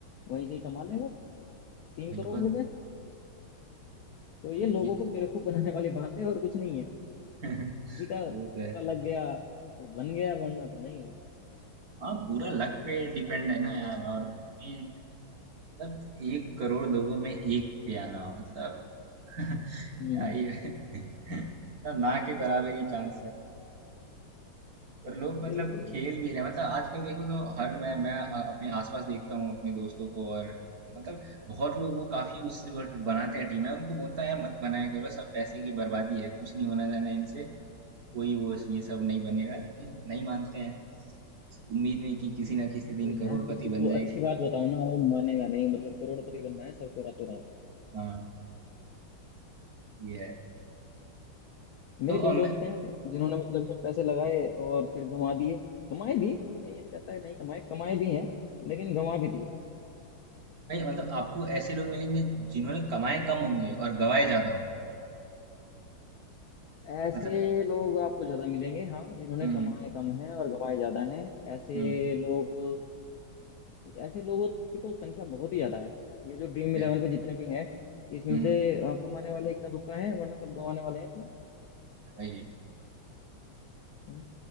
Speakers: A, on the left; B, on the right.
A: वहीं से ही कमा ले वो तीन
B: बिल्कुल
A: करोड़ रुपए तो ये लोगों
B: ये-
A: को बेवकूफ बनाने वाली बात है और कुछ नहीं है
B: <laughs> वो
A: किसी का का
B: तो है
A: लग गया तो बन गया वरना तो नहीं
B: हाँ पूरा लक पे डिपेंड है ना यार और वो भी मतलब एक करोड़ लोगों में एक पे आना मतलब <laughs> क्या
A: हम्म
B: ही है। मतलब ना के बराबर ही चांस है और लोग मतलब
A: बिल्कुल
B: खेल भी रहे हैं। मतलब आजकल देखो तो हर मैं मैं अ- अपने आसपास देखता हूँ अपने दोस्तों को और इनको मतलब बहुत लोग वो काफी उससे वो बनाते हैं टीम है उनको बोलता है मत बनाया करो सब पैसे की बर्बादी है कुछ नहीं होना जाना इनसे कोई वो ये सब नहीं बनेगा लेकिन नहीं मानते हैं उम्मीद में कि किसी ना किसी दिन
A: वही
B: करोड़पति
A: यहाँ किसी को
B: बन जाएंगे
A: अच्छी बात बताओ ना वो मानेगा नहीं मतलब करोड़पति बनना है सबको रातों रात
B: हाँ ये है
A: मेरे
B: तो अ,
A: कई
B: मैं
A: दोस्त हैं ऐसे जिन्होंने मतलब उसमें पैसे लगाए और फिर गंवा दिए कमाए भी मतलब मैं ये नहीं कहता कि नहीं कमाए कमाए भी हैं लेकिन गंवा भी दिए
B: नहीं मतलब आपको ऐसे लोग मिलेंगे जिन्होंने कमाए कम होंगे और गवाए ज्यादा होंगे
A: ऐसे
B: मतलब
A: लोग आपको ज्यादा मिलेंगे हाँ जिन्होंने
B: हम्म
A: कमाए कम हैं और गंवाए ज्यादा हैं ऐसे
B: हम्म
A: लोग ऐसे लोगों की तो संख्या बहुत ही ज्यादा है ये जो ड्रीम
B: है,
A: इलेवन पे जितने भी हैं इसमें
B: हम्म
A: से अ, कमाने वाले इक्का दुक्का है वरना सब गंवाने वाले हैं इसमें
B: वही
A: हम्म।